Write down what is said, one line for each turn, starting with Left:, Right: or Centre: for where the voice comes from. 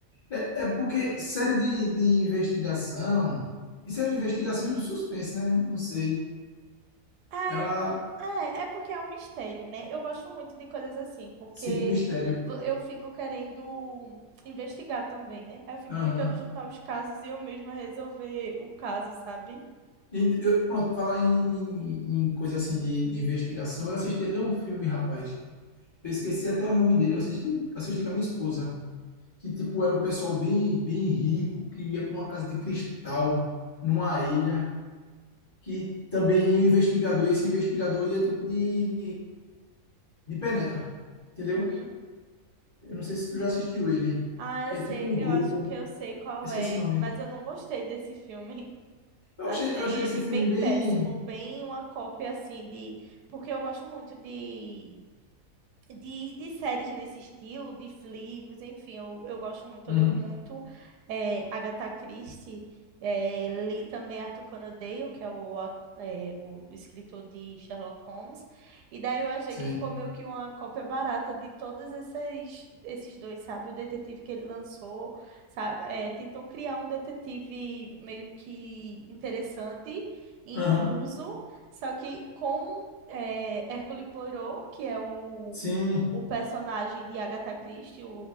Left: é, é porque série de, de investigação, isso é uma investigação e um suspense, né? Não sei.
Right: É,
Left: Ela,
Right: hum, é, é porque é um mistério, né? Eu gosto muito de coisas assim, porque
Left: sim, com mistério.
Right: vo- eu fico querendo investigar também, né? Aí eu fico
Left: Aham.
Right: tentando juntar os casos e eu mesma resolver o caso, sabe?
Left: E eu- pronto, falar em, em, em coisa assim de, de investigação, eu assisti até um filme, rapaz. Eu esqueci até o nome dele, eu assisti, assisti com a minha esposa, que tipo era um pessoal bem, bem rico que ia para uma casa de cristal numa ilha. que também ia o investigador, e esse investigador ia tipo de, de penetra, entendeu?
Right: Uhum.
Left: Eu não sei se tu já assistiu ele,
Right: Ah, eu
Left: que
Right: sei,
Left: é tipo um grupo,
Right: eu acho que eu sei qual
Left: esqueci
Right: é,
Left: o nome.
Right: mas eu não gostei desse filme. <laughs>
Left: Eu
Right: Achei
Left: achei, eu achei esse
Right: ele
Left: filme
Right: bem
Left: bem.
Right: péssimo, bem uma cópia assim de. Porque eu gosto muito de de, de séries nesse estilo, de livros, enfim, eu, eu gosto muito,
Left: Uhum,
Right: eu leio muito eh, Agatha Christie, eh, li também Arthur Conan Doyle, que é o, au- eh, o o escritor de Sherlock Holmes, e daí eu achei
Left: sim.
Right: que ficou meio que uma cópia barata de todos esses, esses dois, sabe? O detetive que ele lançou, sa- eh, tentou criar um detetive meio que interessante, intruso,
Left: Aham,
Right: só que como... eh, Hercule Poirot, que é o,
Left: sim.
Right: o personagem de Agatha Christie, o,